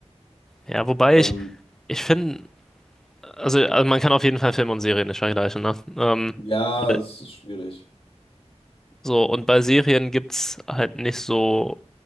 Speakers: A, in the centre; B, on the left.
A: ja, wobei
B: Ähm,
A: ich, ich finde, Also, also man kann auf jeden Fall Filme und Serien nicht vergleichen, ne? Ähm,
B: ja,
A: oder
B: es ist schwierig.
A: so, und bei Serien gibt's halt nicht so.